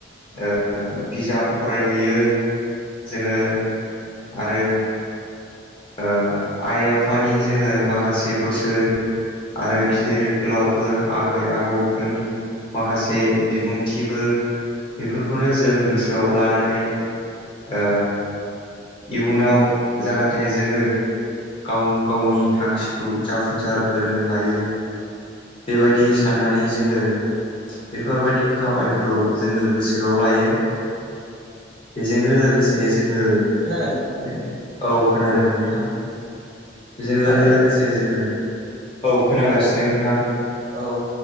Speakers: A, on the left; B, on the right.
A: ओ बिजाब फरायहैयो । जोङो आरो ओ आइ आफानि जोङो माखासे बोसोन आरो गिदिर गोलावफोर आबै आबौफोरनि माखासे बिबुंथिफोर बेफोरखौनो जों गोसोआव लानानै ओ इयुनाव जाहाथे जाहाथे जोङो गाव गावनि थांखिखौ जाफुंसार होनो हायो । बेबायदि साननानै जोङो बेफोरबायदि खामानिखौ जोङो गोसोआव लायो । बेजोंनो लोगोसे जोङो औ
B: खोनादों
A: खोनादों नोंथां । बेजों
B: मा जाखो
A: लोगोसे जोङो औ खोनागासिनो नोंथां ।
B: औ औ